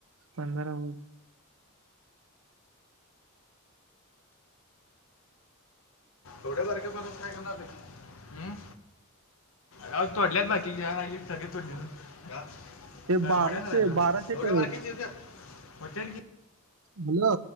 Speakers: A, on the right; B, on the left.
A: पंधरा व
B: एवढ्या <unintelligible> काय करणार नहीं, अंम राव तोडल्यात बाकीच्या, <unintelligible> काय
A: ते बाराशे
B: वड्या करायला,
A: बाराशे
B: एवढ्या
A: करोड
B: बारक्या चिरत्यात, <unintelligible>
A: बुलो